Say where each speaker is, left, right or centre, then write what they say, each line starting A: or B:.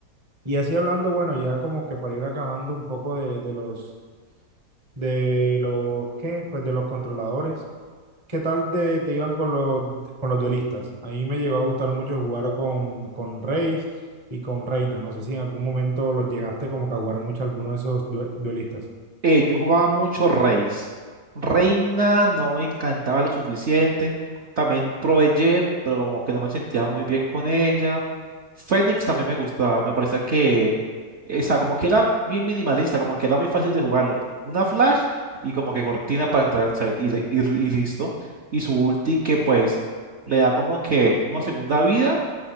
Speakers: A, on the right; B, on the right.
A: Y así hablando, bueno, ya como que para ir acabando un poco de, de los, de los, ¿qué? Pues de los controladores. ¿Qué tal de- te iban con los, con los duelistas? A mí me llegó a gustar mucho jugar con, con Reis y con Reina. No sé si en algún momento los llegaste como que a jugar mucho a alguno de esos due- duelistas.
B: Eh, yo jugaba mucho Reis. Reina no me encantaba lo suficiente. También probé Jet, pero como que no me sentía muy bien con ella. Fénix también me gustaba. Me parecía que, eh, o sea, como que era bien minimalista, como que era muy fácil de jugarlo. Una flash y como que cortina para entrar al site y, le- y, y listo. Y su ulti que pues le da como que una segunda vida